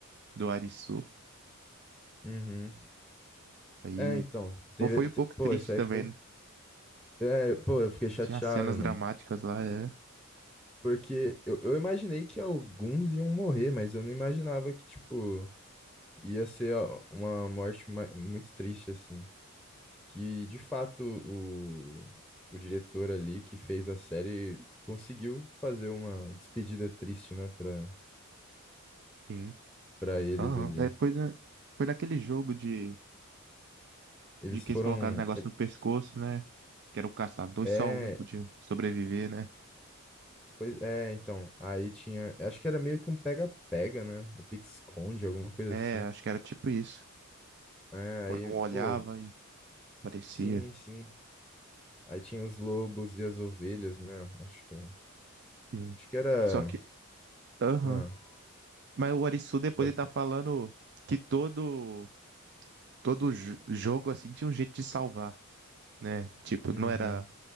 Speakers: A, on the right; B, in the centre.
A: do Arisu.
B: Uhum.
A: Aí,
B: É, então, teve,
A: pô, foi
B: te-
A: um pouco
B: pô,
A: triste
B: isso aí
A: também,
B: foi.
A: né?
B: É, pô, eu fiquei chateado,
A: Tinha cenas
B: mano.
A: dramáticas lá, é.
B: Porque eu, eu imaginei que alguns iam morrer, mas eu não imaginava que, tipo, ia ser a- uma morte ma- muito triste, assim. que de fato o, o diretor ali que fez a série conseguiu fazer uma despedida triste, né, para
A: Sim.
B: para eles
A: Aham.
B: ali.
A: É, foi, na- foi naquele jogo de,
B: Eles
A: de que
B: foram
A: eles colocaram o negócio
B: ele-
A: no pescoço, né? Que era o caçador,
B: é,
A: e só um podia sobreviver, né?
B: pois é, então, aí tinha, acho que era meio que um pega-pega, né? O pique-esconde, alguma coisa
A: É,
B: assim.
A: acho que era tipo isso.
B: É,
A: Quando
B: aí,
A: um olhava
B: pô,
A: e parecia.
B: sim, sim. Aí tinha os lobos e as ovelhas, né? Acho que
A: Sim.
B: acho que era,
A: Só que, aham.
B: ah,
A: Mas o Arisu depois
B: pode
A: ele tá
B: falar.
A: falando que todo todo jo- jogo assim tinha um jeito de salvar, né? Tipo,
B: Uhum.
A: não era,